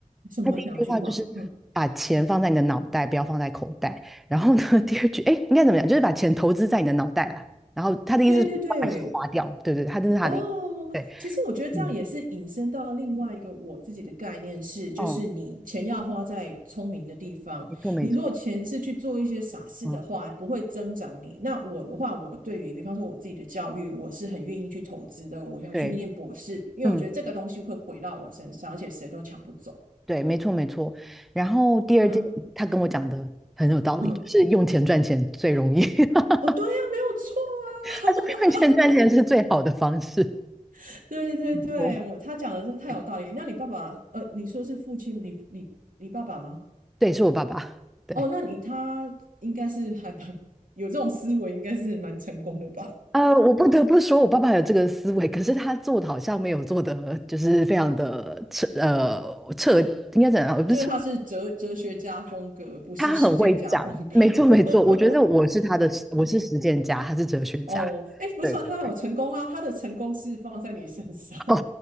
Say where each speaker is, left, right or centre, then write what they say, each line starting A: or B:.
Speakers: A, on the right; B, in the centre.
A: 什么两句话？
B: 他第一句话就是把钱放在你的脑袋，
A: 嗯，
B: 不要放在口袋。然后呢，<laughs> 第二句，诶，应该怎么讲？就是把钱投资在你的脑袋啦。然后他的意思是把钱花掉，
A: 对对对，
B: 对对对，他这是他的意思。
A: 哦，
B: 对，
A: 其实我觉得这样也是引申到另外一个我自己的概念是，
B: 嗯，
A: 就是你钱要花在聪明的地方。
B: 哦，没错没错，
A: 你如果钱是去做一些傻事的话，
B: 嗯，
A: 不会增长你。那我的话，我对于比方说我自己的教育，我是很愿意去投资的，我要去念博士，
B: 对，
A: 因为我觉得这个东西会回到我身上，
B: 嗯。
A: 而且谁都抢不走。
B: 对，没错没错。然后第二件，
A: 那
B: 他跟我讲的很有道理，
A: 嗯，
B: 就是用钱赚钱最容易。<laughs>
A: 哦，对呀，没有错啊，
B: 他说用钱赚钱是最好的方式。
A: <laughs> 对对对，
B: 哦，
A: 我他讲的真的太有道理。
B: <laughs>
A: 那你爸爸，呃，你说是父亲，你你你爸爸吗？
B: 对，是我爸爸。对，
A: 哦，那你他应该是还蛮 <laughs> 有这种思维，应该是蛮成功的吧？
B: 呃，我不得不说，我爸爸有这个思维，可是他做的好像没有做的，就是非常的彻，呃，彻，应该怎样？不是彻
A: 就是他是哲哲学家风格，不是实践家风格。
B: 他很会讲。没错没错，我觉得我是他的，
A: <laughs>
B: 我是实践家，他是哲学家。
A: 哦，哎，不是啊，
B: 对对，
A: 他有成功啊，他的成功是放在你身上。
B: <laughs>
A: <laughs>
B: 哦，